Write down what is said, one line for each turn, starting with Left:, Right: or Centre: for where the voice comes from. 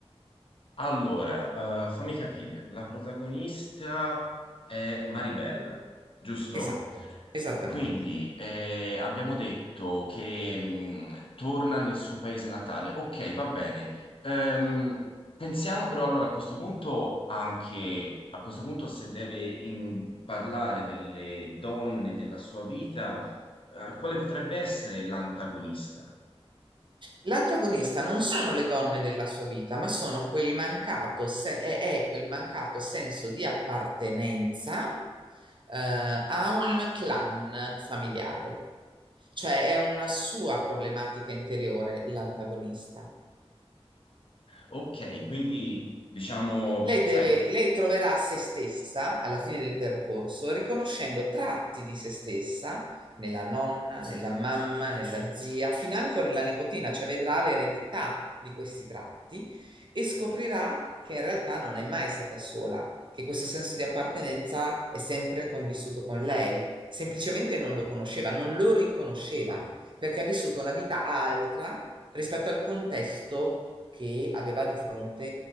Left: Allora, eh, fammi capire, la protagonista è Maribel, giusto?
Right: Esatto, esattamente.
Left: Quindi eh, abbiamo detto che mh, torna nel suo paese natale. Ok, va bene. Ehm, pensiamo però allora a questo punto anche, a questo punto se deve in- parlare delle donne della sua vita, eh, quale potrebbe essere l'antagonista?
Right: L'antagonista non sono le donne della sua vita, ma sono quel mancato se- è, è quel mancato senso di appartenenza eh, a un clan familiare. Cioè è una sua problematica interiore l'antagonista.
Left: Ok, quindi diciamo,
Right: Lei
Left: sai
Right: deve, lei troverà se stessa alla fine del percorso, riconoscendo tratti di se stessa nella nonna, nella mamma, nella zia, financo nella nipotina, cioè vedrà l'eredità di questi tratti e scoprirà che in realtà non è mai stata sola, che questo senso di appartenenza è sempre convissuto con lei, semplicemente non lo conosceva, non lo riconosceva perché ha vissuto una vita altra rispetto al contesto che aveva di fronte